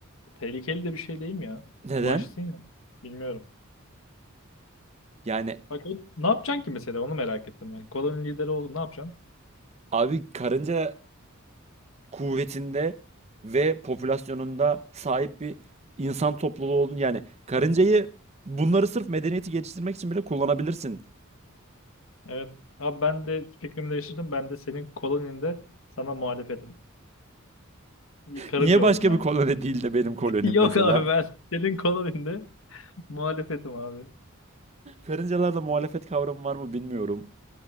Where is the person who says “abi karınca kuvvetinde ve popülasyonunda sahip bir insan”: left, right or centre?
Right